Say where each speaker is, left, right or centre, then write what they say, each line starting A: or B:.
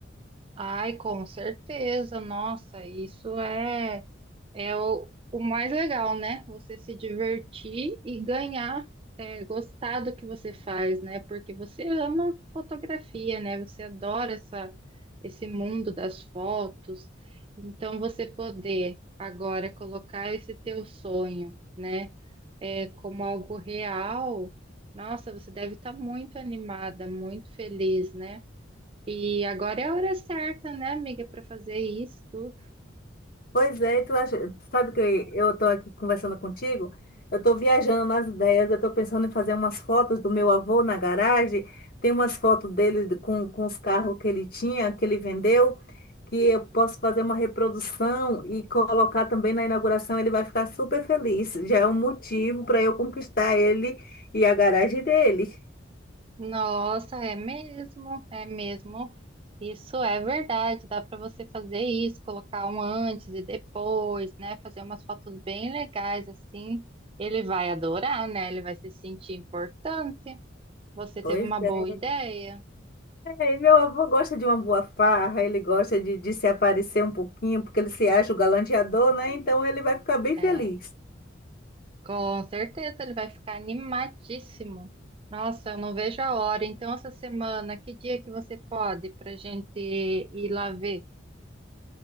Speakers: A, on the right; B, on the left.
A: Ai, com certeza, nossa, isso é, é o, o mais legal, né? Você se divertir e ganhar, é, gostar do que você faz, né? Porque você ama fotografia, né? Você adora essa, esse mundo das fotos. Então, você poder agora colocar esse teu sonho, né? é, como algo real, nossa, você deve estar muito animada, muito feliz, né? E agora é a hora certa, né, amiga, para fazer isso tudo.
B: Pois é, e tu acha, sabe que eu estou aqui conversando contigo? Eu estou viajando nas ideias, eu estou pensando em fazer umas fotos do meu avô na garagem. Tem umas fotos dele de- com, com os carros que ele tinha, que ele vendeu, que eu posso fazer uma reprodução e colocar também na inauguração. Ele vai ficar super feliz. Já é um motivo para eu conquistar ele e a garagem dele.
A: Nossa, é mesmo, é mesmo. Isso é verdade, dá para você fazer isso, colocar um antes e depois, né? Fazer umas fotos bem legais assim. Ele vai adorar, né? Ele vai se sentir importante. Você
B: Pois
A: teve uma boa
B: é.
A: ideia.
B: É, meu avô gosta de uma boa farra, ele gosta de, de se aparecer um pouquinho, porque ele se acha o galanteador, né? Então ele vai ficar bem
A: É.
B: feliz.
A: Com certeza, ele vai ficar animadíssimo. Nossa, eu não vejo a hora. Então, essa semana, que dia que você pode para gente ir lá ver?